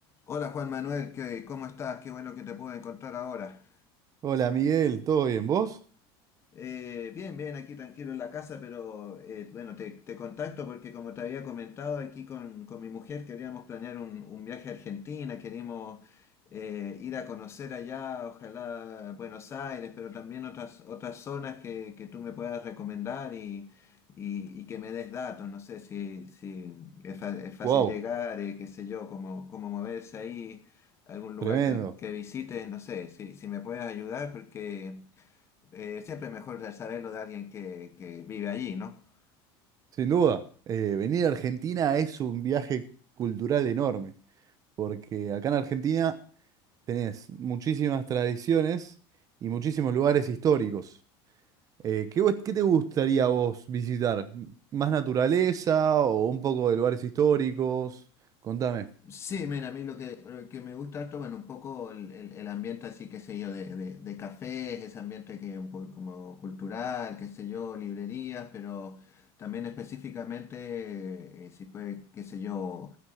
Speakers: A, on the left; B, on the right.
A: Hola Juan Manuel, ¿qué- ¿cómo estás? Qué bueno que te pude encontrar ahora.
B: Hola Miguel, ¿todo bien? ¿Vos?
A: Eh, bien, bien, aquí tranquilo en la casa, pero eh, bueno, te, te contacto porque como te había comentado aquí con, con mi mujer, queríamos planear un, un viaje a Argentina, queríamos eh, ir a conocer allá, ojalá Buenos Aires, pero también otras, otras zonas que, que tú me puedas recomendar y, y, y que me des datos, no sé si, si es, fa- es fácil
B: Wow,
A: llegar, eh, qué sé yo, cómo, cómo moverse ahí, algún lugar
B: tremendo,
A: que, que visites, no sé, si, si me puedes ayudar porque eh, siempre mejor saberlo de alguien que, que vive allí, ¿no?
B: sin duda. Eh, venir a Argentina es un viaje cultural enorme, porque acá en Argentina tenés muchísimas tradiciones y muchísimos lugares históricos. Eh, ¿qué, vo- qué te gustaría a vos visitar? ¿Más naturaleza o un poco de lugares históricos? Contame.
A: Sí, mira, a mí lo que, lo que me gusta harto, bueno, un poco el, el- el ambiente así, qué sé yo, de, de, de cafés, ese ambiente que es un poco como cultural, qué sé yo, librerías, pero también específicamente, eh, si puede, qué sé yo,